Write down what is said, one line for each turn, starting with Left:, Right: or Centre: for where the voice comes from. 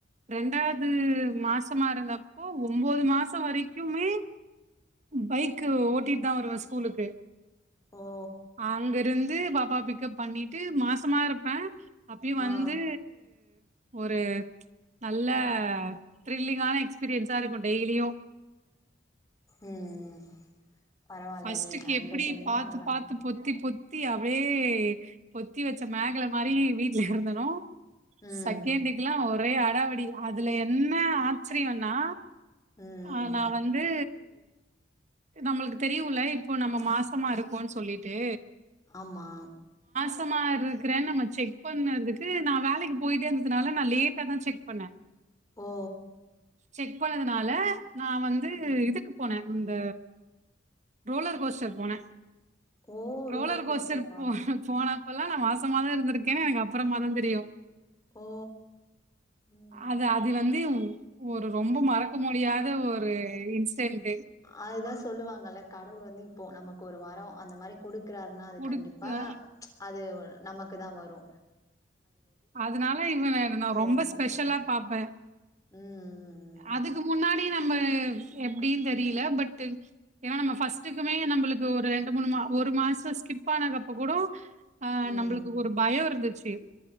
Right: ரெண்டாவது மாசமா இருந்தப்போ ஒன்பது மாசம் வரைக்குமே பைக் ஓட்டிட்டு தான் வருவேன் வ ஸ்கூலுக்கு
Left: ஓ
Right: அங்கிருந் வந்து பாப்பா பிக்கப் பண்ணிட்டு மாசமா இருப்பேன் அப்பையும் வந்து
Left: ஆ
Right: ஒரு நல்ல த்ரில்லிங்கான எக்ஸ்பீரியன்ஸா இருக்கும் டெய்லியும்
Left: உம் ம் பரவால்ல
Right: ஃபஸ்ட்டுக்கு
Left: நீங்க அந்த
Right: எப்படி
Left: டைமு
Right: பாத்து
Left: நல்லா
Right: பாத்து பொத்தி பொத்தி பொத்தி அப்படியே பொத்தி வச்ச மேகல மாதிரி வீட்ல இருந்தேனோ
Left: ம்
Right: செகேண்டுக்கெல்லாம் ஒரே ஆ அடாவடி அதுல என்ன ஆச்சரியம்னா
Left: ம் ம்
Right: ஆஹ நான் வந்து நம்மளுக்கு தெரியுமில இப்போ நம்ம மாசமா இருக்கோன்னு சொல்லிட்டு
Left: ஆமா
Right: மாசமா இருக்கறேன்னு நம்ம செக் பண்ணறதுக்கு நான் வேலைக்கு போயிட்டே இருந்ததுனால நான் லேட்டா தான் செக் பண்ணேன்
Left: ஓ
Right: செக் பண்ணதனால அல <unintelligible> நா வந்து
Left: ம்
Right: இதுக்கு போனேன் இந்த ரோலர் கோஸ்டர் போனே
Left: ஓ
Right: ரோலர்கோஸ்டர்
Left: ரோலர் கோஸ்டரா
Right: போ போனா இப்பெல்லாம் நா மாசமாவே இருந்திருக்கேன் எனக்கு அப்புறமா தான் தெரியும்
Left: ஓ ம்
Right: அது
Left: ம்
Right: அ அது வந்து ஒரு ரொம்ப மறக்க முடியாத ஒரு இன்சி டெண்டு
Left: அதுதா சொல்லுவாங்கல்ல கடவுள் வந்து இப்போ நமக்கு ஒரு வரோ அந்த மாரி கொடுக் க்கிறார்னா அது
Right: குடுக்க
Left: கண்டிப்பா அது நமக்கு தா வரோ
Right: அதனால இவன நா ரொம்ப
Left: இது பண்ண
Right: ஸ்பெஷலா
Left: முடியாது
Right: பாரப்ப
Left: ம்
Right: அதுக்கு முன்னாடி நம்ப எப்படீனு தெரியல பட்டு ஏன்னா நம்ம ஃபஸ்ட்டுக்குமே நம்மளுக்கு ஒரு ரெண்டு மூணு மா ஒரு மாசோ ஸ்கிப் ஆன அப்ப கூட ஆ
Left: ம் ம்
Right: நம்மளுக்கு ஒரு பயோ இருந்து <unintelligible>